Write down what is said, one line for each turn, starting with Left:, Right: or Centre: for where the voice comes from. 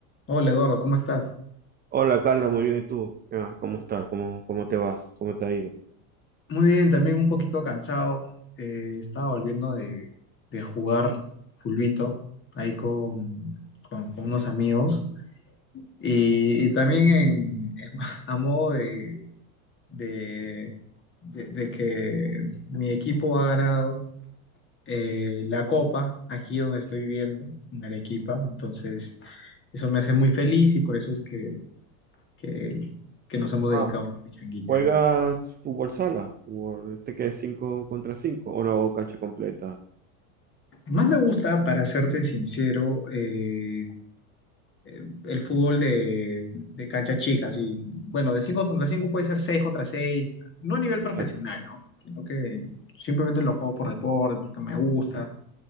Left: Hola Eduardo, ¿cómo estás?
Right: Hola Carlos, muy bien. ¿Y tú? Ah, ¿Cómo estás? ¿Cómo, cómo te va? ¿Cómo te ha ido?
Left: Muy bien, también un poquito cansado. Eh, estaba volviendo de, de jugar fulbito ahí con, con- con unos amigos. Y, y también en, en- <laughs> a modo de, de- de- de que mi equipo ha ganado eh, la copa aquí donde estoy viviendo, en Arequipa. Entonces, eso me hace muy feliz y por eso es que, que, que nos hemos
Right: Ah,
Left: dedicado a la pichanguita.
Right: ¿juegas fútbol sala? ¿Fútbol este que es cinco contra 5 o no, o cancha completa?
Left: Más me gusta, para serte sincero, eh, eh, el fútbol de, de cancha chica, así, bueno, de cinco contra cinco puede ser 6 contra 6, no a nivel
Right: Exacto.
Left: profesional, ¿no? Sino que simplemente lo juego por deporte, porque me gusta,